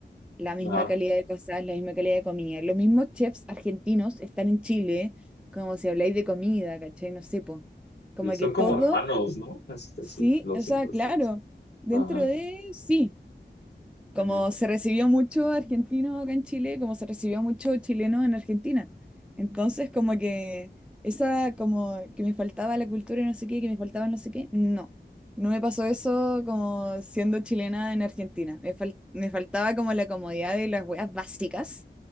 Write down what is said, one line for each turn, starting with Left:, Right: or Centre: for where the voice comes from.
Centre: la misma
Left: Ajá.
Centre: calidad de cosas, la misma calidad de comida. Los mismos chefs argentinos están en Chile, como si habláis de comida, ¿cachai? No sé, po. Como
Left: Y son
Centre: que todo,
Left: como hermanos, ¿no? Este,
Centre: sí,
Left: sí, lo
Centre: o
Left: siento,
Centre: sea, claro,
Left: sí.
Centre: dentro
Left: Ajá.
Centre: de, sí como
Left: Ujú.
Centre: se recibió mucho argentino acá en Chile, como se recibió mucho chileno en Argentina. Entonces, como que esa, como que me faltaba la cultura y no sé qué, que me faltaba no sé qué, no. No me pasó eso como siendo chilena en Argentina. Me fal- me faltaba como la comodidad de las weas básicas,